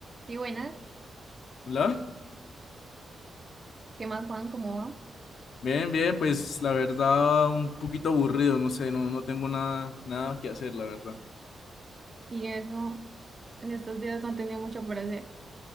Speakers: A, on the right; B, on the left.
A: Y buenas,
B: Hola,
A: ¿qué más, Juan? ¿Cómo va?
B: bien, bien, pues la verdad un poquito aburrido, no sé, no, no tengo nada, nada que hacer, la verdad.
A: Y eso, en estos días no han tenido mucho por hacer.